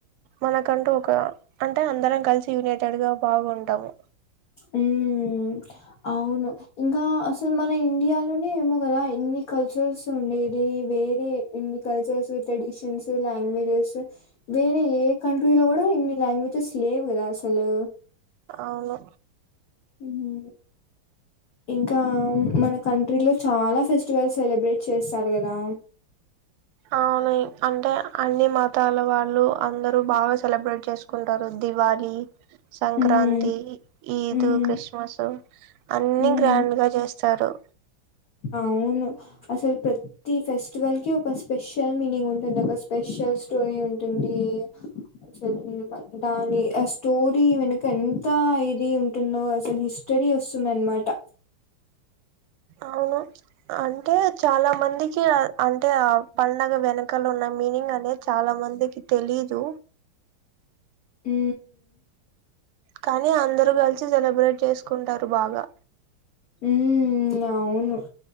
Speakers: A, on the right (about 85°); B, on the left (about 50°).
A: మనకంటూ ఒక అంటే అందరం కలిసి యునైటెడ్గా బాగుంటాము
B: మ్మ్ అవును ఇంకా అసలు మన ఇండియాలోనే ఏమో కదా ఇన్ని కల్చర్స్ ఉండేది వేరే ఇన్ని కల్చర్స్ ట్రెడిషన్స్ లాంగ్వేజెస్ వేరే ఏ కంట్రీలో కూడా ఇన్ని లాంగ్వేజెస్ లేవు కదా అసలు
A: అవును
B: హు ఇంకా మన కంట్రీలో చాలా ఫెస్టివల్ సెలబ్రేట్ చేస్తారు కదా
A: అవును హు అంటే అన్ని మతాల వాళ్ళు అందరూ బాగా సెలబ్రేట్ చేసుకుంటారు దివళి సంక్రాంతి
B: ఉమ్
A: ఈద్
B: ఉమ్
A: క్రిస్మస్ అన్ని
B: ఉమ్
A: గ్రాండ్ గా చేస్ స్తరు
B: అవును అసలు ప్రతి ఫెస్టివల్ కి ఒక స్పెషల్ మీనింగ్ ఉంటుంది ఒక స్పెషల్ స్టోరీ ఉంటుంది అసలు దాని ఆ స్టోరీ వెనుక ఎంత ఇది ఉంటుందో అసలు హిస్టరీ వస్తుంది అన్నమాట
A: అవును అంటే చాలా మందికి అంటే ఆ పండగ వెనకలున్న మీనింగ్ అనేది చాలా మందికి తెలీదు
B: ఊ
A: కానీ అందరు కలి సి సెలబ్రేట్ చేసుకుంటారు బాగా
B: ఉమ్ అవును